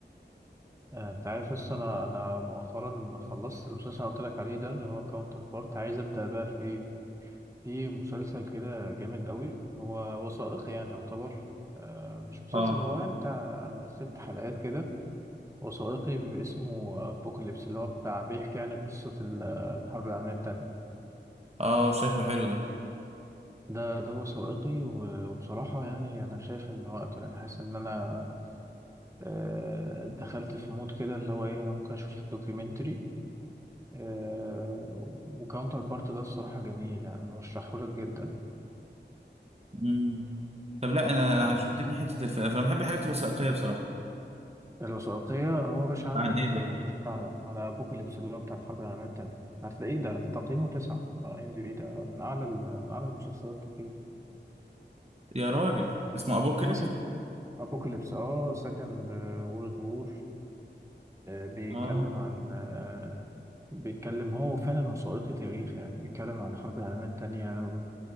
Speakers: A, on the right; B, on the right.
A: آه، انت عارف بس انا انا مؤخرا خلصت المسلسل اللي قلت لك عليه ده اللي هو كاونتر بارت عايز ابدا بقى في ايه في مسلسل كده جامد قوي هو وثائقي يعني يعتبر آه مش مسلسل
B: اه
A: هو انت ست حلقات كده وثائقي بيبقى اسمه بوكاليبس اللي هو بتاع بيحكي يعني قصة ال- الحرب العالمية التانية
B: اه شكله حلو ده
A: ده ده وثائقي و- وبصراحة يعني أنا شايف إن وقته يعني حاسس إن أنا آه، دخلت في مود كده اللي هو ايه انا ممكن اشوف دوكيومنتري آه، وكاونتر بارت ده الصراحة جميل يعني برشحه لك جدا
B: مم. طب لا انا انا
A: آه،
B: شدتني حته الفئه فانا بحب الحاجات الوثائقيه بصراحه
A: الوثائقية هو باش عندك
B: عن ايه ده
A: آه، خش على على ابوكاليبس اللي هو بتاع الحرب العالمية التانية هتلاقيه ده ده تقييمه تسعة على اي ام دي بي ده من اعلى ال- من اعلى المسلسلات تقييم
B: يا راجل اسمه ابوكاليبس
A: هما ست ابوكاليبس اه سكند وورلد وور بيتكلم
B: اه
A: عن آه، بيتكلم هو فعلا وثائقي تاريخ يعني بيتكلم عن الحرب العالمية التانية